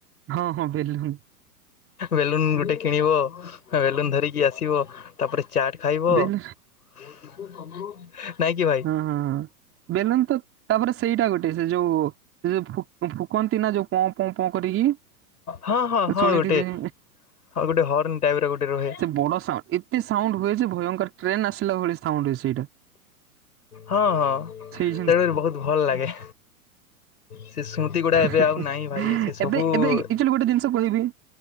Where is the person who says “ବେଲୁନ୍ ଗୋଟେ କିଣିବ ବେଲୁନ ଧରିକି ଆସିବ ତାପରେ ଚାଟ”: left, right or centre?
Left